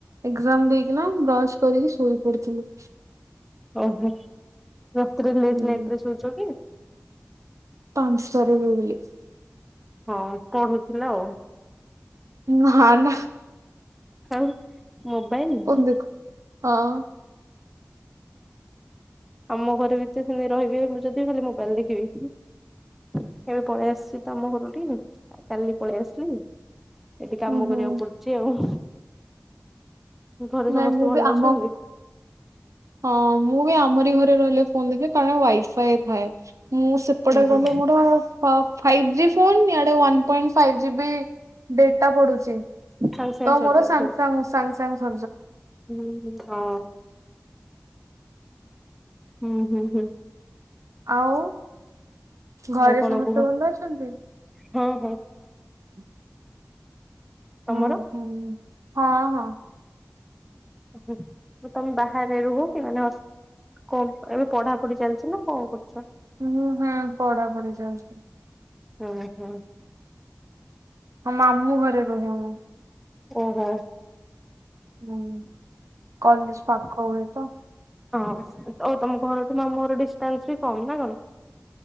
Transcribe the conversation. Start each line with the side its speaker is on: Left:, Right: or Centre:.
Right: ଏଗଜାମ ଦେଇକିନା ବ୍ରଶ କରିକି ଶୋଇ ପଡିଥିଲି।
Centre: ଓହୋ। ରାତି ରେ ଲେଟ
Right: ହୁଁ।
Centre: ନାଇଟ ରେ ଶୋଉଛ କି?
Right: <unintelligible>
Centre: ହଁ ପଢୁଥିଲା ଆଉ।
Right: ନା ନା
Centre: ହଉଁ। ମୋବାଇଲ।
Right: ଫୋନ ଦେଖୁ ହଁ।
Centre: ଆମ ଘରେ ବି ତ ସେ ରହିବେ ମୁଁ ଯଦି ଖାଲି ମୋବାଇଲ ଦେଖିବି ଏବେ ପଳେଇ ଆସିଛି ତମ ଘରକୁ କହିକି ପଳେଇ ଆସିଲି। ସେଇଠି କାମ
Right: ହୁଁ ହୁଁ
Centre: କରିବାକୁ ପଡୁଛି ଆଉ। ଘରେ
Right: ନାଇଁ
Centre: ସମସ୍ତେ
Right: ମୁଁ
Centre: ଭଲ
Right: ବି ଆମ
Centre: ଅଛନ୍ତି।
Right: ହଁ ମୁଁ ବି ଆ ଆମରି ଘରେ ରହିଲେ ଫୋନ ଦେଖେ କାରଣ ୱାଇ ଗ ଫ ଡୋ ମୁଁ ସେପଟେ
Centre: ହୁଁ ହୁଁ
Right: ଗଲେ ମୋର ଫାଇବ ଜୀ ଫୋନ୍ ଇଆଡ଼େ ଡେଟା ପଡ଼ୁଚି
Centre: ସାଙ୍ଗେ ସାଙ୍ଗେ
Right: ତ
Centre: ସରିଯାଉଥିବ
Right: ମୋର ସଙ୍ଗେ ସଙ୍ଗେ
Centre: ହୁଁ ହଁ। ହଁ। ହୁଁ ହୁଁ ହୁଁ।
Right: ଆଉ ଘରେ
Centre: ଆଉ କଣ
Right: ସମସ୍ତେ
Centre: କୁହ
Right: ଭଲ ଅଛନ୍ତି।
Centre: ହଁ ହଁ
Right: ହୁଁ। ହୁଁ
Centre: ତମର
Right: ହୁ। ହଁ ହଁ।
Centre: ମୁ ତମେ ବାହାରେ ରୁହ କି ମାନେ କ ଏବେ ପଢାପଢି ଚାଲିଛି ନା କଣ କର।
Right: ହୁଁ ହଁ ପଢା ପଢି ଯାଉଛି।
Centre: ହଁ ହୁଁ।
Right: ହଁ ମାମୁଁ ଘରେ ରୁହେ ମୁ।
Centre: ଓହୋ।
Right: ହୁଁ। କଲେଜ ପାପ କହୁଡ ତ।
Centre: ହଁ ଆଉ ତମ ଘରଠୁ ମାମୁର ଡିଷ୍ଟାନ୍ସ ବି କମ୍ ନା କଣ?